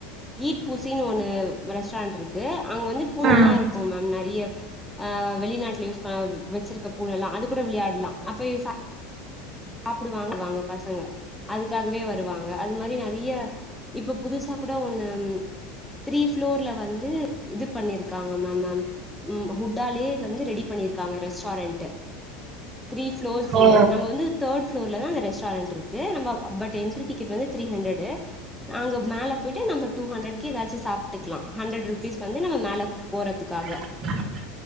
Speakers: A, in the centre; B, on the right.
A: ஈட்பூசின்னு ஒண்ணு ரெஸ்டாரண்ட் இருக்கு அங்க வந்து பூனைல்லா
B: ம்
A: இருக்கும் மேம் நெறைய ஆ வெளிநாட்டுல யூஸ் ப வச்சுருக்க பூன எல்லா அது கூட விளையாட்லா அப்ப சா சாப்புடுவாங்கு வாங்க பசங்க அதுக்காகவே வருவாங்க அது மாரி நெறைய இப்ப புதுசா கூட ஒண்ணு த்ரீ ப்ளோர்ல வந்து இது பண்ணிருக்காங்க மேம் மேம் ம் ஹுட்டாலயே வந்து ரெடி பண்ணிருக்காங்க ரெஸ்டாரண்ட்டு த்ரீ பளோர்ஸ்லயே
B: ஓ
A: நம்ம வந்து தேர்ட் ப்ளோர்லதா அந்த ரெஸ்டாரெண்ட் இருக்கு நம்ம ப என்ட்ரி டிக்கெட் வந்து த்ரீ ஹண்ரட் நாங்க மேல பொயிட்டு நம்ம டூ ஹண்ட்ரட்கு எதாச்சு சாப்புட்டுக்குலா ஹண்ட்ரட் ருபீஸ் வந்து நம்ம மேல போறதுக்காக
B: உஹ